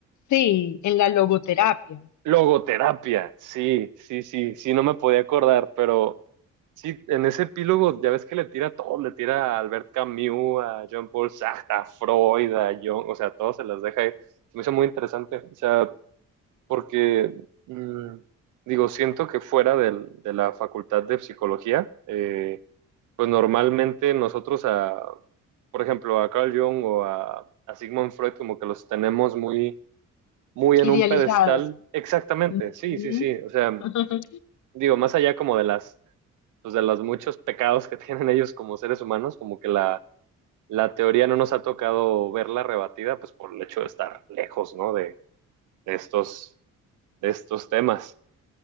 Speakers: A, on the left; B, on the right.
A: sí, en la logoterapia,
B: logoterapia. Sí, sí, sí, sí, no me podía acordar, pero sí, en ese epílogo ya ves que le tira a todo, le tira a Albert Camus, a Jean-Paul Sartre, a Freud, a Jung, o sea, todos se las deja ir. Se me hizo muy interesante, o sea, porque mm, digo, siento que fuera del- de la facultad de psicología, eh, pues normalmente nosotros a, por ejemplo, a Carl Jung o a, a Sigmund Freud como que los tenemos muy, muy en
A: idealizados.
B: un pedestal. Exactamente,
A: Ujú.
B: sí, sí, sí. O sea,
A: <laughs>
B: digo, más allá como de las, pues de los muchos pecados que <laughs> tienen ellos como seres humanos, como que la, la teoría no nos ha tocado verla rebatida, pues por el hecho de estar lejos, ¿no? De, de estos, de estos temas.